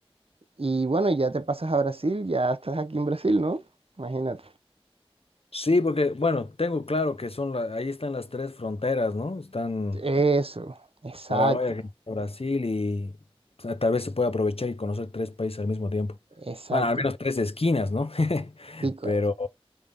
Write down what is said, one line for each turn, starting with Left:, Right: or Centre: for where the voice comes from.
Right: Y bueno, ya te pasas a Brasil, ya estás aquí en Brasil, ¿no? Imagínate.
Left: Sí, porque, bueno, tengo claro que son, la- ahí están las tres fronteras, ¿no? Están
Right: Eso, exacto,
Left: Paraguay, Argentina, Brasil y o sea, tal vez se puede aprovechar y conocer tres países al mismo tiempo.
Right: exacto.
Left: Bueno, al menos tres esquinas, ¿no? <laughs>
Right: Sí, co-
Left: Pero